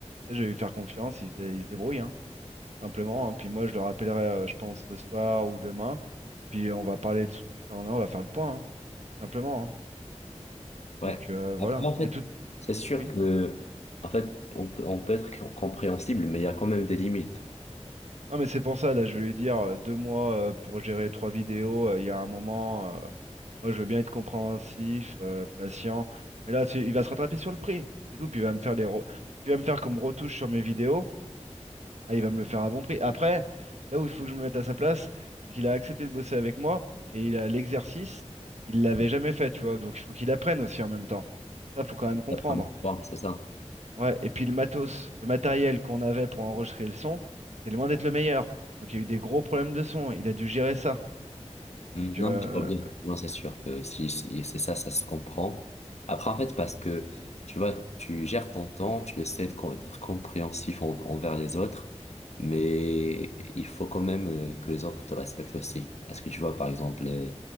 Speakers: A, on the right; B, on the left.
A: Tu sais, Je vais lui faire confiance, il se, dé- il se débrouille, hein, tout simplement. hein. Puis moi, je le rappellerai, euh, je pense, ce soir ou demain. Et puis, on va parler de tout ça en un, on va faire le point, hein, tout simplement. hein.
B: Ouais.
A: Donc, euh, voilà.
B: Après, en fait,
A: Mais tout.
B: c'est sûr
A: oui
B: que, en fait, on peut, on peut être com- compréhensible, mais il y a quand même des limites.
A: Non, mais c'est pour ça, là, je vais lui dire euh, deux mois euh, pour gérer trois vidéos. euh, Il y a un moment, euh, moi, je veux bien être compréhensif, euh, patient. Mais là, c'est- il va se rattraper sur le prix. C'est tout. Puis il va me faire les re- ce qu'il va me faire comme retouche sur mes vidéos. ah, il va me le faire à bon prix. Après, là où il faut que je me mette à sa place, c'est qu'il a accepté de bosser avec moi et il a l'exercice, il l'avait jamais fait, tu vois. Donc il faut qu'il apprenne aussi en même temps. Ça, faut quand même comprendre.
B: La première fois, c'est ça.
A: Ouais, et puis le matos, le matériel qu'on avait pour enregistrer le son, c'est loin d'être le meilleur. Donc il y a eu des gros problèmes de son, il a dû gérer ça.
B: Mm,
A: Donc
B: Non,
A: euh,
B: mais tu vois bien. Non, c'est sûr que si, si c'est ça, ça se comprend. Après, en fait, parce que tu vois, tu gères ton temps, tu essaies de com- d'être compréhensif en- envers les autres, mais il faut quand même euh, que les autres te respectent aussi. Parce que tu vois, par exemple, euh,